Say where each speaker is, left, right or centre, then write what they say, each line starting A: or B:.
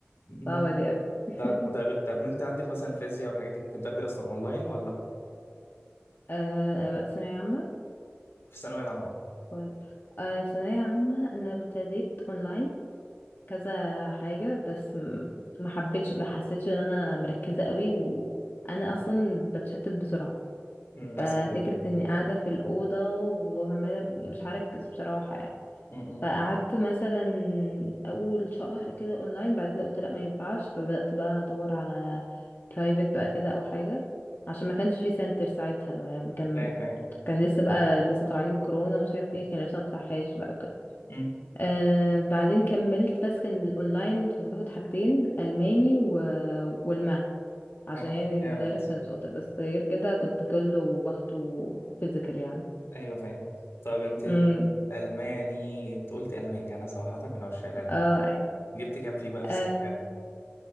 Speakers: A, on the left; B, on the left.
A: يعني
B: صعبة دي اوي <laughs>
A: طب مدر... طب ما انت عندك مثلا الفيزياء والحاجات دي كنت بتاخدي اصلا اونلاين ولا
B: آه وقت ثانوية عامة
A: في الثانويه العامه اهو
B: ولا- آه ثانوية عامة انا ابتديت اونلاين كذا حاجة بس م- ما حبيتش ما حسيتش ان انا مركزة قوي وانا اصلا بتشتت بسرعة
A: مم، نفس
B: ففكرة
A: الكلام
B: اني قاعدة في الأوضة وعمالة مش هركز بصراحة يعني
A: امم
B: فقعدت مثلا أول شهر كده أونلاين بعد كده قلت لأ ما ينفعش فبدأت بقى أدور على برايفت بقى كده أو حاجة عشان ما كانش في سنتر ساعتها ما كان
A: فاهم ايه
B: كان لسه بقى لسه طالعين من الكورونا ومش عارف ايه كان لسه مفتحهاش بقى وكده
A: مم،
B: آه بعدين كملت بس كان الاونلاين كنت باخد حاجتين الماني و... والماث عشان
A: فاهم.
B: يعني
A: جامد
B: المدرس كان شاطر بس غير كده كنت كله باخده فيزيكال يعني
A: ايوه فاهم طب انت ال-
B: امم
A: الالماني انت قلتي الماني انا صراحه من عشاق الالماني
B: اه ايه
A: جبت كام فيه بقى في
B: آه
A: الثانويه يعني.